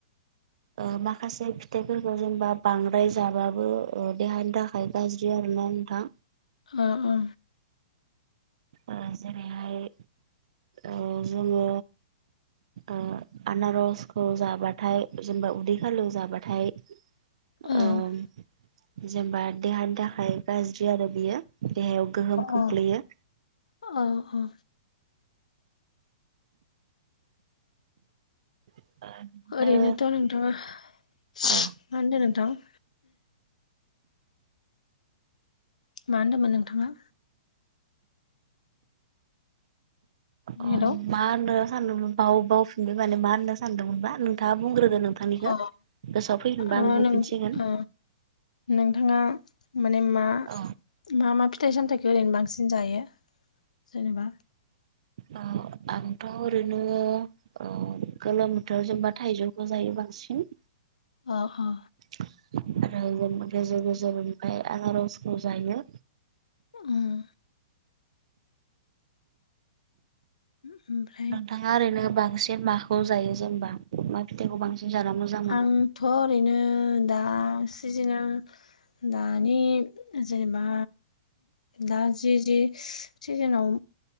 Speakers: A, on the right; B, on the left.
A: ओ माखासे फिथाइफोरखौ जेनेबा बांद्राय जाबाबो ओ देहानि थाखाय गाज्रि आरोना नोंथां।
B: ओ ओ।
A: ओ जेरैहाय ओ जोङो ओ आनारसखौ जाबाथाय जेनेबा उदै खालियाव जाबाथाय
B: अ ओ
A: ओम जेनबा देहानि थाखाय गाज्रि आरो बियो। देहायाव गोहोम खोख्लैयो।
B: ओ औ अ अ।
A: ओ बिदिनो
B: ओरैनोथ' नोंथाङा मा
A: औ
B: होनदों नोंथां? मा होनदोमोन नोंथाङा?
A: अ
B: हेलौ
A: मा होननो सानदोंमोन बाव बाव फिनबाय माने मा होननो सानदोंमोनबा नों दा बुंग्रोदो नोंथांनिखो
B: अ
A: गोसोआव फैफिनबा
B: ओ
A: आं बुंफिनसिगोन।
B: नों ओ नोंथाङा माने मा
A: औ
B: मा मा फिथाइ सामथाइखो ओरैनो बांसिन जायो जेनेबा?
A: ओ आंथ' ओरैनो अ गोलोम बोथोर जेनबा थाइजौखौ जायो बांसिन।
B: अ ह
A: आरो जेनबा गेजेर गेजेर ओमफ्राय आनारसखौ जायो।
B: उम। उम ओमफ्राय
A: थाङा ओरैनो बांसिन माखौ जायो जेनेबा मा फिथाइखौ बांसिन जाना मोजां मोनो
B: आंथ' ओरैनो दा सिजिनेल दानि जेनेबा दा जि जि सिजेनाव